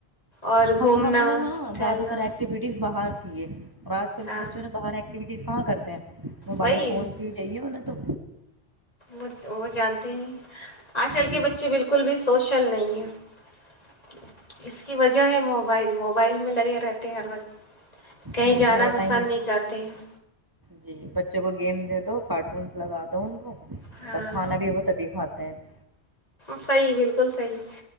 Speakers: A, on the left; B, on the right.
A: اور گھومنا
B: ہم ہم نے نا
A: ٹہلنا
B: زیادہ تر ایکٹیوٹیز باہر کیے اور آج کل
A: ہاں
B: کے بچوں نے باہر ایکٹیوٹی یز کہاں کرتے ہیں موبائل
A: وہی
B: فون سے ہی چاہیے ن ک دو
A: وہ وہ جانتا تین آج کل کے
B: جی
A: بچے بالکل بھی سوشل نہیں ہیں اس کی وجہ ہے موبائل موب موبائل میں لگے رہتے ہیں ہر وقت کہیں
B: ہاں
A: جانا
B: جی ہر
A: پسند
B: ٹائم
A: نہیں کرتے ہیں
B: جی بچوں کو گیم دے دو کارٹونس لگا دو ان کو
A: ہاں
B: بس کھانا بھی وہ تبھی کھاتا <inaudible>
A: صحیح بالکل صحیح